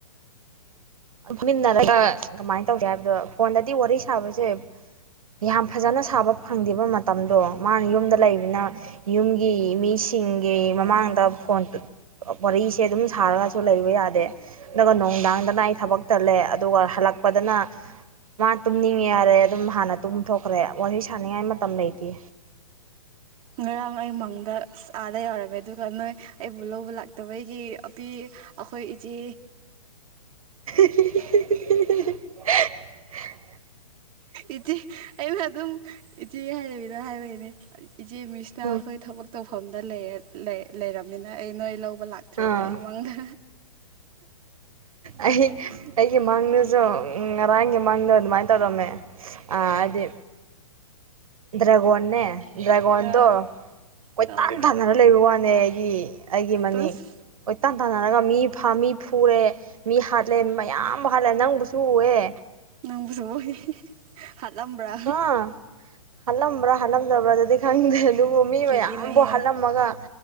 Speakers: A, on the right; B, on the right.
A: ꯐꯝꯃꯤꯟꯅꯔꯒ ꯀꯃꯥꯏꯅ ꯇꯧꯒꯦ ꯍꯥꯏꯕꯗꯣ ꯐꯣꯟꯗꯗꯤ ꯋꯥꯔꯤ ꯁꯥꯕꯁꯦ ꯌꯥꯝ ꯐꯖꯅ ꯁꯥꯕ ꯐꯪꯗꯦꯕ ꯃꯇꯝꯗꯣ ꯃꯥꯅ ꯌꯨꯝꯗ ꯂꯩꯕꯅꯤꯅ ꯌꯨꯝꯒꯤ ꯃꯤꯁꯤꯡꯒꯤ ꯃꯃꯥꯡꯗ
B: ꯎꯝ
A: ꯐꯣꯟ ꯇ ꯋꯥꯔꯤꯁꯦ ꯑꯗꯨꯝ ꯁꯥꯔꯒꯁꯨ ꯂꯩꯕ ꯌꯥꯗꯦ ꯑꯗꯑꯥꯒ ꯅꯨꯡꯗꯥꯡꯗꯅ ꯊꯕꯛ ꯇꯜꯂꯦ ꯑꯗꯨꯒ ꯍꯜꯂꯛꯄꯗꯅ ꯃꯥ ꯇꯨꯝꯅꯤꯡꯉꯦ ꯌꯥꯔꯦ ꯑꯗꯨꯝ ꯍꯥꯟꯅ ꯇꯨꯝꯊꯣꯛꯈ꯭ꯔꯦ ꯋꯥꯔꯤ ꯁꯥꯟꯅꯤꯡꯉꯥꯏ ꯃꯇꯝ ꯂꯩꯇꯦ
B: ꯉꯔꯥꯡ ꯑꯩ ꯃꯪꯗ ꯑꯥꯗ ꯌꯧꯔꯝꯃꯦ ꯑꯗꯨꯒ ꯅꯣꯏ ꯑꯩꯕꯨ ꯂꯧꯕ ꯂꯥꯛꯇꯕꯩꯒꯤ ꯑꯄꯤ ꯑꯩꯈꯣꯏ ꯏꯆꯦ
A: <inaudible>
B: ꯏꯆꯦ ꯑꯩꯅ ꯑꯗꯨꯝ ꯏꯆꯦ ꯍꯥꯏꯗꯕꯤꯗ ꯍꯥꯏꯕꯩꯅꯦ ꯏꯆꯦ ꯃꯤꯁꯅ
A: ꯎꯝ
B: ꯈꯣꯏ ꯊꯕꯛ ꯇꯧꯐꯝꯗ ꯂꯩꯔꯝꯃꯤꯅ ꯑꯩ ꯅꯣꯏ ꯂꯧꯕ ꯂꯥꯛꯇ꯭ꯔꯦꯅ
A: ꯑꯥ
B: ꯑꯩ ꯃꯪꯗ
A: ꯑꯩ ꯑꯩꯒꯤ ꯃꯥꯡꯗꯁꯨ ꯎꯝ ꯉꯔꯥꯡꯒꯤ ꯃꯥꯡꯗꯣ ꯑꯗꯨꯃꯥꯏꯅ ꯇꯧꯔꯝꯃꯦ ꯑꯥ ꯍꯥꯏꯗꯤ ꯗ꯭ꯔꯒꯣꯟꯅꯦ ꯗ꯭ꯔꯦꯒꯣꯟꯗꯣ
B: ꯑꯥ
A: ꯀꯣꯏꯇꯥꯟ
B: ꯑꯥ
A: ꯊꯥꯅꯔ ꯂꯩꯕ ꯋꯥꯅꯦ ꯑꯩꯒꯤ ꯑꯩꯒꯤ ꯃꯅꯤꯡ
B: ꯇꯁ
A: ꯀꯣꯏꯇꯥꯟ ꯇꯥꯟꯅꯔꯒ ꯃꯤ ꯐꯥ ꯃꯤ ꯐꯨꯔꯦ ꯃꯤ ꯍꯥꯠꯂꯦ ꯃꯌꯥꯝꯕꯨ ꯍꯥꯠꯂꯦ ꯅꯪꯕꯨꯁꯨ ꯎꯑꯦ
B: ꯅꯪꯕꯨꯁꯨ ꯎꯏ ꯍꯠꯂꯝꯕ꯭ꯔꯥ
A: ꯑꯥ ꯍꯥꯠꯂꯝꯕ꯭ꯔꯥ ꯍꯥꯠꯂꯝꯗꯕ꯭ꯔꯥ ꯑꯗꯨꯗꯤ ꯈꯪꯗꯦ ꯑꯗꯨꯕꯨ ꯃꯤ
B: ꯀꯤꯒꯤꯅꯦꯍꯦ
A: ꯃꯌꯥꯝꯕꯨ ꯍꯥꯠꯂꯝꯃꯒ